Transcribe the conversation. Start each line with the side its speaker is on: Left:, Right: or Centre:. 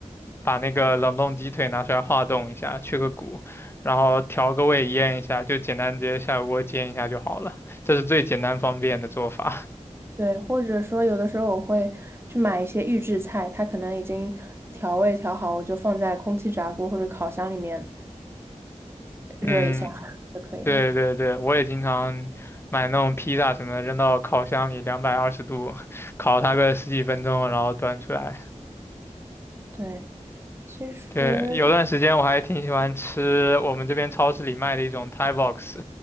Left: 把那个冷冻鸡腿拿出来化冻一下，去个骨，然后调个味腌一下，就简单直接下锅煎一下就好了。这是最简单方便的做法。
Right: 对，或者说有的时候我会去买一些预制菜，它可能已经调味调好，我就放在空气炸锅或者烤箱里面
Left: <laughs>
Right: 热一下就可以了。
Left: 嗯，对对对，我也经常买那种披萨什么的，扔到烤箱里两百二十度，<laughs> 烤它个十几分钟，然后端出来。
Right: 对，其实
Left: 对，有段时间我还挺喜欢吃我们这边超市里卖的一种 Thai box，